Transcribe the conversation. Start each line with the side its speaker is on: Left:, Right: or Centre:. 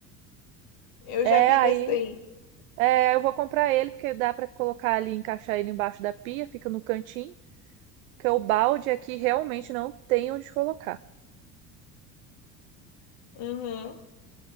Left: Eu
Right: É,
Left: já vi
Right: aí
Left: desse daí.
Right: é, eu vou comprar ele, porque dá pra colocar ali, encaixar ele embaixo da pia, fica no cantinho. Porque o balde aqui realmente não tem onde colocar.
Left: Uhum.